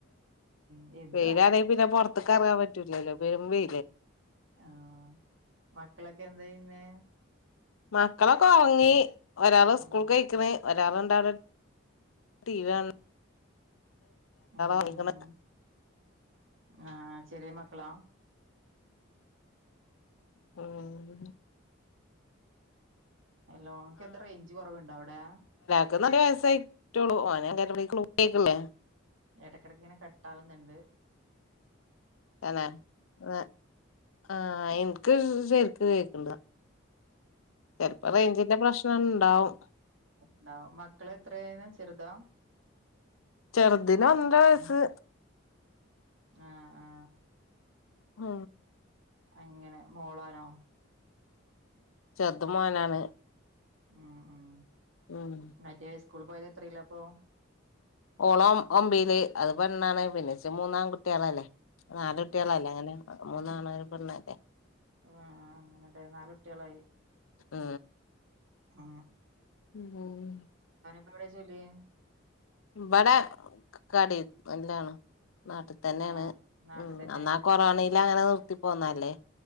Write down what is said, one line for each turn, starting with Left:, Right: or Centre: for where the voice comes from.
Right: ഉം എന്ത്
Left: വെയ്ലാണെ
Right: നല്ല
Left: പിന്നെ പൊർത്ത്ക്കെർങ്ങാ പറ്റൂലല്ലോ പെരും വെ
Right: ആ മക്കളൊക്കെ എന്തെയ്യ്ന്നേ
Left: മക്കളൊക്കെ ഒർങ്ങി ഒരാള്
Right: ഉം
Left: സ്കൂൾക്കൊയ്ക്ക്ണ് ഒരാള് <unintelligible> ടിവി കാൺ
Right: ഉം
Left: ഒറങ്ങിക്ക്ണ്
Right: ഉം ആ ചെറ്യേ മ ക്കളാ
Left: <unintelligible>
Right: ഹലോ ങ്ങ്ക്കെന്താ റെയ്ഞ്ച് കൊറവ്ണ്ടോ അവ്ടെ
Left: <unintelligible> ര് വയസായിട്ടാെള്ളൂ ഓനെ അംഗൻവാടിക്ക് <unintelligible>
Right: എടക്കെട്ക്ക്ങ്ങനെ കട്ടാവ്ന്ന്ണ്ട്
Left: തെന്നെ ആ ഇൻക്ക് ശെര്ക്ക് കേക്ക്ൺല്ല ചെൽപ്പോ റേയ്ഞ്ചിന്റെ പ്രശ്നണ്ടാവും
Right: <unintelligible> മക്കളെ എത്രേ ചെറ്താ
Left: ചെറുതിന് ഒന്നര വയസ്സ്
Right: ആ ആ
Left: ആ
Right: അങ്ങനെ മോളോനോ
Left: ചെറ്ത് മോനാണ്
Right: ഉം ഉം
Left: ഉം
Right: മറ്റേ സ്കൂള് പോയത് എത്രേല പ്പൊ
Left: ഓള് ഒമ്പേല് അത് പെണ്ണാണ് പിന്നച്ച മൂന്നാങ്ങുട്ട്യാളല്ലേ നാല് കുട്ട്യാളല്ലേ
Right: ആഹ്
Left: അങ്ങനെ മൂന്നാണും ഒരു പെണ്ണല്ലേ
Right: ആ അങ്ങനെടെ നാലുട്ട്യാളായി
Left: ആ
Right: ആ
Left: <unintelligible>
Right: എവടെ ജോലി
Left: വടെ കടി നല്ലാണ് നാട്ട്ത്തെന്നെണ്
Right: ആഹ് നാട്ടിൽ
Left: ഉം
Right: തന്നെ
Left: അന്നാ കൊറോണേല് അങ്ങനെ നിർത്തി പോന്നല്ലേ